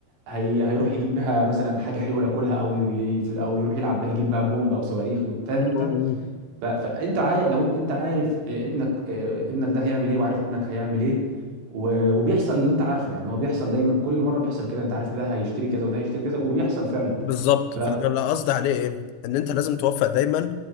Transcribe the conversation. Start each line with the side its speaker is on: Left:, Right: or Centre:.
Right: هي هيروح يجيب بها مثلا حاجه حلوه ياكلها او ي... في- او يروح يلعب بها يجيب بها بومب او صواريخ فاهم
Left: مم.
Right: انت ف... فانت عارف لو انت عارف ابنك ابنك ده هيعمل ايه وعارف ابنك هيعمل ايه و... وبيحصل اللي انت عارفه يعني هو بيحصل دايما كل مره بيحصل كده انت عارف ان ده هيشتري كذا وده هيشتري كذا وبيحصل فعلا
Left: بالظبط
Right: ف
Left: فانا اللي قصدي عليه ايه ان انت لازم توفق دايما